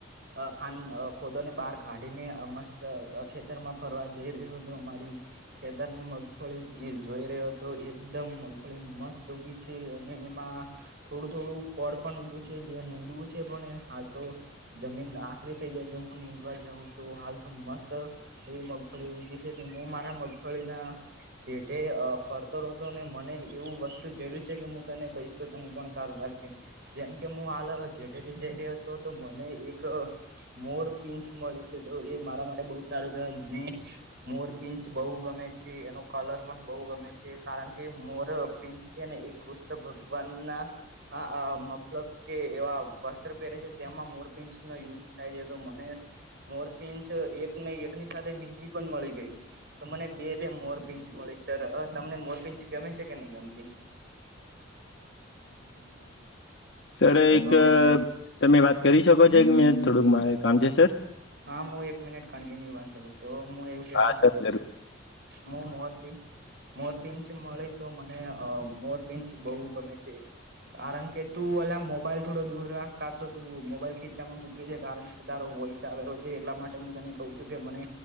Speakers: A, on the right (about 55°); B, on the left (about 60°).
A: અ ખાન ખોદો ને બહાર કાઢીને અ મસ્ત ખેતર માં ફરવા જઈ રહ્યો તો અમારી ખેતરની મગફળી એ જોઈ રહ્યો હતો એકદમ મગફળી મસ્ત ઊગી છે અને એમાં થોડું થોડું ફળ પણ ઊગ્યું છે જે નીડું છે પણ હાલ તો જમીન આકરી થઈ જાય જો હું નીંદવા જઉં તો હાલ તો મસ્ત અ એ મગફળી ઊગી છે તે મે મારા મગફળી ના સેટે અ ફરતો રહતો ને મને એવું વસ્તુ જેડ્યું છે કે હું તને કઈશ તો તને પણ સારું લાગશે જેમ કે મું હાલ જેઠે થી જઈ રહ્યો હતો હતો મને એક મોરપીંછ મળી છે તો એ મારા માટે બહુ સારું કેહવાય મને મોરપીંછ બહુ ગમે છે એનો કલર પણ બહુ ગમે છે, કારણ કે મોરપીંછ છે ને એક કુષ્ણ ભગવાન ના આ મતલબ કે એવા વસ્ત્ર પહેરે છે તેમાં મોરપીંછ નો યુઝ થાય છે તો મને મોરપીંછ એક નઈ એક ની સાથે બીજી પણ મળી ગઈ તો મને બે બે મોરપીંછ મળી સર તમને મોરપીંછ ગમે છે કે નહી ગમતી
B: સર એક
A: હેલો
B: અ તમે વાત કરી શકો છો એક મિનિટ મારે થોડું મારે કામ છે સર
A: હા, હું એક મિનિટ કન્ટિન્યુ વાત કરું તો, મુ એવું કેતો
B: હા
A: તો
B: સર
A: કે
B: જરૂર
A: મુ મોરપીંછ મોરપીંછ મળી તો મને અ મોરપીંછ બહુ ગમે કારણ કે તું અલા મોબાઈલ થોડો દૂર રાખ કાતો તું મોબાઈલ ખીચામાં મુ કારણ કે તારો વોઈસ આવેલો છે એટલા માટે હું તને કહું છું કે મને